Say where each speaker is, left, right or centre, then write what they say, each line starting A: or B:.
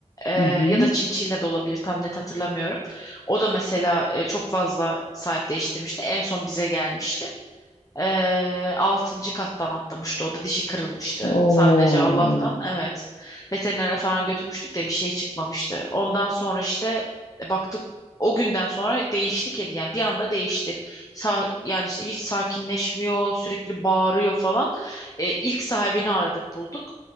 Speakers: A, on the left (about 25°); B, on the left (about 75°).
A: Ee,
B: hı hı.
A: ya da Çinçilla da olabilir, tam net hatırlamıyorum. O da mesela e, çok fazla sahip değiştirmişti. En son bize gelmişti. Ee, altıncı kattan atlamıştı o da dişi kırılmıştı
B: Oo.
A: sadece Allah'tan evet veterinere falan götürmüştük de bir şey çıkmamıştı ondan sonra işte e, baktık o günden sonra değişti kedi yani bir anda değişti Sa yani işte hiç sakinleşmiyor sürekli bağırıyor falan Ee, ilk sahibini aradık bulduk